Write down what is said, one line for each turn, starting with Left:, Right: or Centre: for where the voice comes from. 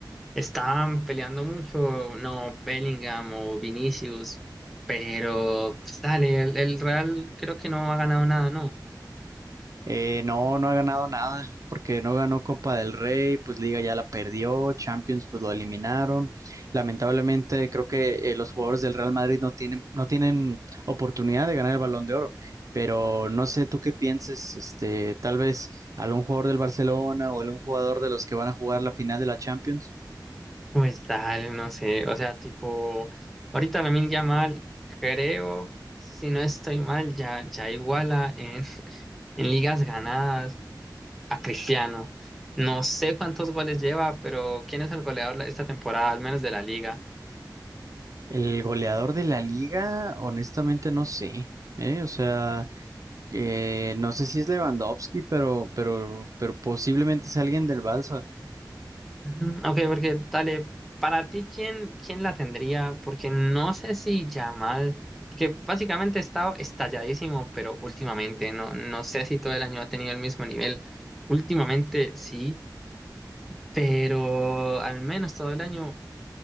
Centre: estaban peleando mucho, no, Bellingham o Vinicius, pero pues dale, el, el Real creo que no ha ganado nada, ¿no?
Right: Eh, no, no ha ganado nada, porque no ganó Copa del Rey, pues Liga ya la perdió, Champions pues lo eliminaron. Lamentablemente creo que eh, los jugadores del Real Madrid no tienen, no tienen oportunidad de ganar el Balón de Oro. Pero no sé tú qué pienses, este, tal vez algún jugador del Barcelona o algún jugador de los que van a jugar la final de la Champions.
Centre: Pues dale, no sé, o sea, tipo, ahorita Lamine Yamal, creo, si no estoy mal, ya, ya iguala en, <laughs> en ligas ganadas a Cristiano. No sé cuántos goles lleva, pero ¿quién es el goleador esta temporada, al menos de la liga?
Right: El goleador de la liga, honestamente no sé, ¿eh? O sea, que no sé si es Lewandowski, pero, pero, pero posiblemente es alguien del Barça.
Centre: Ujú, Ok, porque dale, para ti, ¿quién, quién la tendría? Porque no sé si Yamal, porque básicamente ha estado estalladísimo, pero últimamente, no, no sé si todo el año ha tenido el mismo nivel. Últimamente sí, pero al menos todo el año